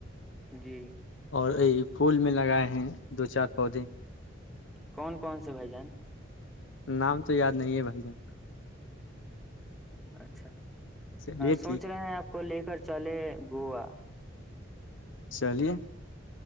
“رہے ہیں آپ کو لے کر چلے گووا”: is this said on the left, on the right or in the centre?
Centre